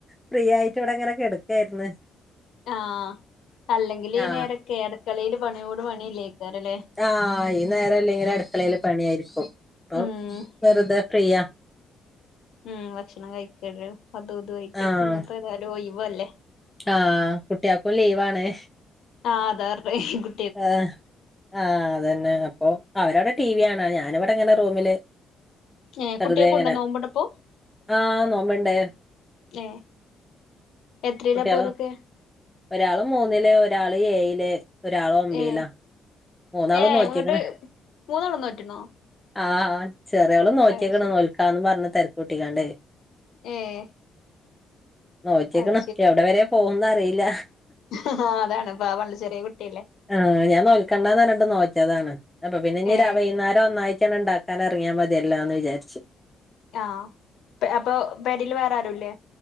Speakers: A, in the centre; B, on the left.
A: ഫ്രീ ആയിട്ട് ഇവിടെ കെടക്കാണ്
B: ആഹ് അല്ലെങ്കിൽ ഈ
A: ആ
B: നേരൊക്കെ അട്ക്കളയിൽ പണിയോട് പണില്ലേക്കാറല്ലേ.
A: ആഹ് ഈ നേരം അല്ലെങ്കില് അടുക്കളയില് പണിയായിരിക്കും, പ്പം
B: ഉം
A: വെറുതെ ഫ്രീയാ.
B: ഉം ഭക്ഷണം കഴിക്കലും അതും ഇതും ആയിട്ട്
A: ആഹ്
B: ഇന്ന്പ്പോ ഏതായാലും ഒഴിവ് അല്ലേ.
A: ആഹ് കുട്ടിയക്കും ലീവാണ്.
B: ആഹ് അതാ പറഞ്ഞത്.
A: ആഹ് ആ അതന്നെ അപ്പോ അവരവിടെ ടി വി കാണാ ഞാനിവിടെ ഇങ്ങനെ റൂമില്
B: ഏ
A: വെറുതെ
B: കുട്ടികൾക്കുണ്ടോ
A: ഇങ്ങനെ,
B: നോമ്പുണ്ടപ്പോ
A: ആഹ് നോമ്പ്ണ്ട്.
B: ഏ എത്രയിലാ
A: കുട്ടികള്
B: പ്പ ഓലൊക്കെ.
A: ഒരാള് മൂന്നില് ഒരാള് ഏയില് ഒരാള് ഒമ്പയിലാ.
B: ഏ
A: മൂന്നാളും
B: ഏ
A: നോക്കിയേക്കണ്
B: ഇങ്ങട്ട് മൂന്നെണ്ണം നോറ്റ്ണോ
A: ആഹ് ചെറിയാളും നോക്കിയേക്കണ്
B: അത് ശരി
A: നോൽക്കാന്ന് പറഞ്ഞ തിരക്കൂട്ടിക്കാണ്ട്.
B: ഏഹ്
A: നോറ്റിക്കണ്
B: അത്
A: എവിടെ വരെയാ പോകുന്ന് അറിയില്ല.
B: ആഹ് ആ അതാണ് പാവാണ് ചെറിയ കുട്ടിയല്ലേ.
A: ആഹ് ഞാൻ നോൽക്കേണ്ടന്ന് പറഞ്ഞിട്ടും നോറ്റതാണ്‌, അപ്പൊ പിന്നെ ഇഞ്ഞ്
B: ഏ
A: വൈകുന്നേരം ഒന്നാഴ്ടാണ്ട് ഇണ്ടാ ക്കാനെറങ്ങിയാ മതിയല്ലാന്ന് വിചാരിച്ചു.
B: ആഹ് അപ്പോ പേരേൽ വേറെ ആരുല്ലേ.